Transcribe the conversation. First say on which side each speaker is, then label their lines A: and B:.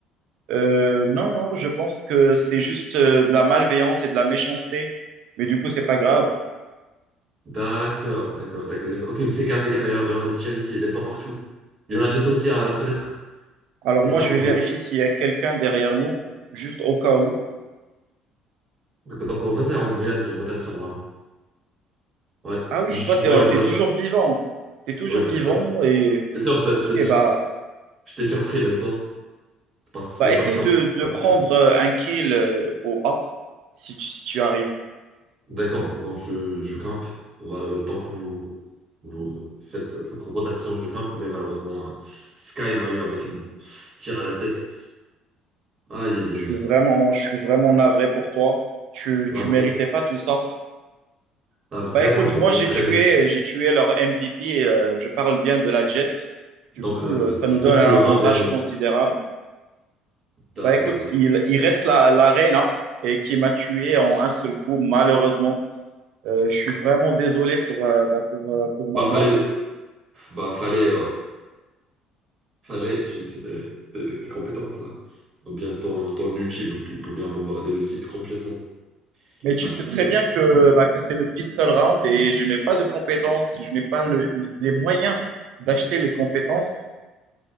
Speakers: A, on the right (about 70°); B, on the right (about 45°).
A: Euh, non, non, je pense que c'est juste euh, de la malveillance et de la méchanceté. Mais du coup, c'est pas grave.
B: D'accord, d'accord, d'accord. d'accord. Ok, fais gaffe, fais gaffe, il y en il y en a des tirs ici, il y en a pas partout. Il y en a jet aussi à la fenêtre.
A: Alors
B: Essayons
A: moi, je
B: de...
A: vais vérifier s'il y a quelqu'un derrière nous, juste au cas où.
B: Donc, on va essayer, on réalise une rotation là. Ouais,
A: Ah oui,
B: j'utiliserai
A: toi, t'es,
B: un flash.
A: t'es toujours vivant. T'es toujours
B: Oui, bien
A: vivant
B: sûr.
A: et...
B: Bien sûr, c'est,
A: Ok,
B: c'est- c'est-
A: bah,
B: je t'ai surpris, n'est-ce pas? C'est Parce que ce
A: bah
B: n'est
A: essaye
B: pas le cas
A: de, de
B: d'habitude.
A: prendre euh, un kill euh, au A si tu, si tu arrives.
B: D'accord, maintenant je, je campe. Voilà, le temps que vous, vous faites votre rotation, je campe. Mais malheureusement, hein, Sky m'a eu avec une tire à la tête. Aïe, aïe,
A: Je
B: aïe.
A: suis vraiment, je suis vraiment navré pour toi. Tu,
B: Là,
A: tu
B: vra-
A: méritais pas tout ça.
B: là, vraiment,
A: Bah écoute,
B: je dois
A: moi
B: m'entraîner.
A: j'ai tué, j'ai tué leur MVP. euh, je parle bien de la Jet. Du
B: Donc,
A: coup,
B: euh,
A: euh, ça nous
B: je pense
A: donne un
B: que le
A: avantage
B: round est...
A: considérable. Bah
B: D'accord.
A: écoute, il, il reste la, l'Arena et qui m'a tué en un seul coup, malheureusement. Euh, je suis vraiment désolé pour, euh, bah, pour, euh, pour ma
B: Bah, fallait...
A: mort.
B: Bah, fallait, euh, fallait utiliser tes, tes- tes- tes compétences, là. Ou bien ton, ton ulti pour, pour bien bombarder le site complètement.
A: Mais tu
B: Ah,
A: sais
B: parce
A: très
B: que...
A: bien que, bah, que c'est le pistol round et je n'ai pas de compétences, je n'ai pas le- les moyens d'acheter les compétences.